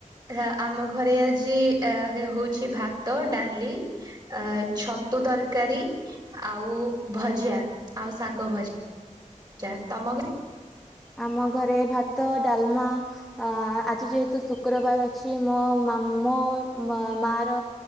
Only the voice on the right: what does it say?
ହ ଆମ ଘରେ ଆଜି ହଉଛି ଭାତ, ଡାଲି ଆ ଛତୁ ତରକାରୀ ଆଉ ଭଜା, ଆଉ ଶାଗ ଭଜା, ଭ ତମ ଘ